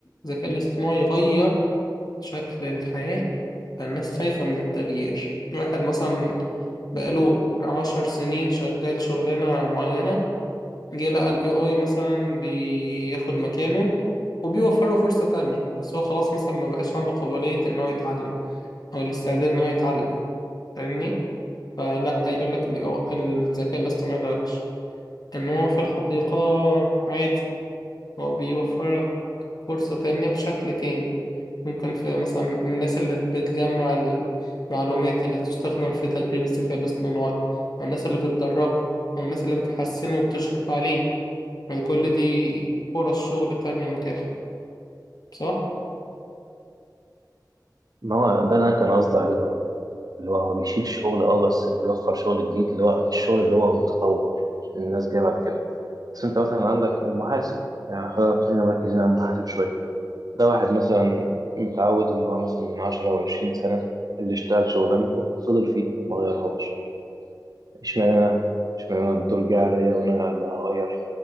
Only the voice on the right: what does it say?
ما هو ده أنا كان قصدي عليه برضه اللي هو هو بيشيل شغل أه بس بيوفر شغل جديد اللي هو الشغل اللي هو متطور الناس جاية بعد كده بس أنت مثلا عندك المحاسب يعني خلينا خلينا مركزين على المحاسب شوية ده واحد مثلا متعود إن هو مثلا من عشرة أو عشرين سنة اللي اشتغل شغلانته فضل فيه ما غيرهاش اشمعنى أنا اشمعنى أنا الدور جه عليا وأنا اللي هغير